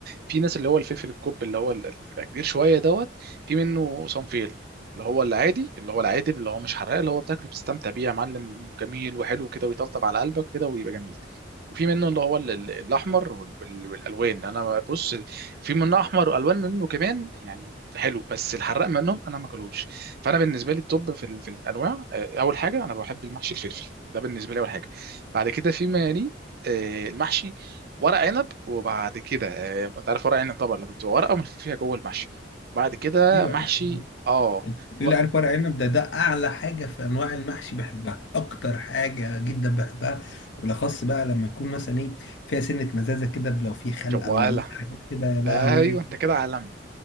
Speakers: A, on the right; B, on the left.
A: في ناس اللي هو الفلفل الكوب اللي هو ال- اللي بيبقى كبير شويه دوت في منه صنفين اللي هو العادي اللي هو العادي اللي هو مش حراق اللي هو بتاكله بتستمتع بيه يا معلم جميل وحلو كده ويطبطب على قلبك كده ويبقى جميل وفي منه اللي هو ال- ال- الاحمر وال- وال- والالوان انا بص في منه احمر والوان منه كمان يعني حلو بس الحراق منهم انا ما اكلوش فانا بالنسبه لي التوب في, ال... في الانواع آه، اول حاجه انا بحب المحشي الفلفل ده بالنسبه لي اول حاجه بعد كده فيما يليه آه، المحشي ورق عنب وبعد كده آه، انت عارف ورق عنب طبعا لما بتبقى ورقه ملفوف فيها جوه المحشي بعد كده
B: دي
A: محشي
B: بقى
A: اه
B: انت بتقولي
A: وبقى
B: عارف ورق عنب ده ده اعلى حاجه في انواع المحشي بحبها اكتر حاجه جدا بحبها وبالاخص بقى لما يكون مثلا ايه فيها سنه مزازه كده لو في خل
A: جواله
B: او ليمون حاجات كده يا لهوي
A: ايوه انت كده عالمي